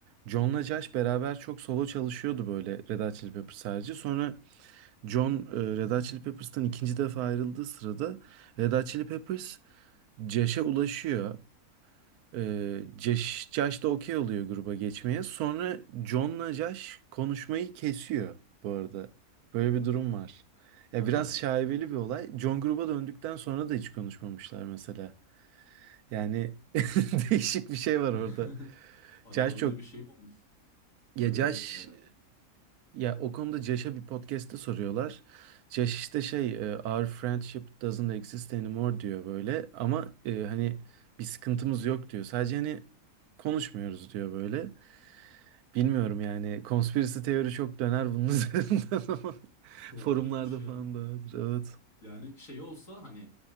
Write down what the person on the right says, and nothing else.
John'la Josh beraber çok solo çalışıyordu böyle Red Hot Chili Peppers harici. Sonra John e, Red Hot Chili Peppers'tan ikinci defa ayrıldığı sırada Red Hot Chili Peppers Josh'a ulaşıyor. Ee, Josh, Josh da okey oluyor gruba geçmeye. Sonra John'la Josh konuşmayı kesiyor bu arada. Böyle bir durum var. Ya
biraz
şaibeli bir olay. John gruba döndükten sonra da hiç konuşmamışlar mesela. Yani <laughs> değişik bir şey var
orada.
Josh çok...
Ya Josh
ya o konuda Josh'a bir podcast'te soruyorlar. Josh işte şey e, Our friendship doesn't exist anymore diyor böyle. Ama e, hani bir sıkıntımız yok diyor. Sadece hani konuşmuyoruz diyor böyle. Bilmiyorum yani konspirasi teori çok döner bunun <laughs> üzerinden ama
forumlarda
falan dağıdır evet.